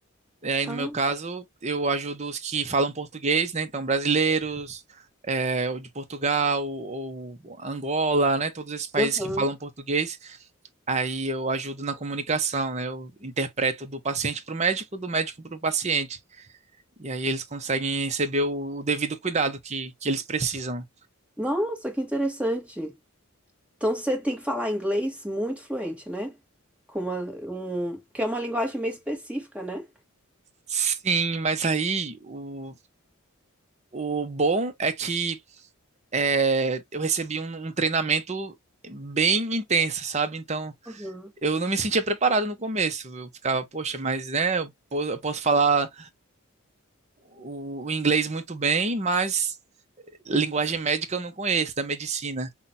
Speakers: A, on the right (about 30°); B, in the centre.
A: E aí,
B: Ah,
A: no meu caso, eu ajudo os que falam português, né? Então, brasileiros, é, ou de Portugal, ou Angola, né? Todos esses países
B: aham.
A: que falam português Aí eu ajudo na comunicação, né? Eu interpreto do paciente para o médico, do médico para o paciente. E aí eles conseguem receber o, o devido cuidado que, que eles precisam.
B: Nossa, que interessante. Então você tem que falar inglês muito fluente, né? Com uma, um, que é uma linguagem meio específica, né?
A: Sim, mas aí o, o bom é que é, eu recebi um, um treinamento bem intenso, sabe? Então
B: Aham.
A: eu não me sentia preparado no começo. Eu ficava, poxa, mas né, eu, po- eu posso falar o, o inglês muito bem, mas linguagem médica eu não conheço, da medicina.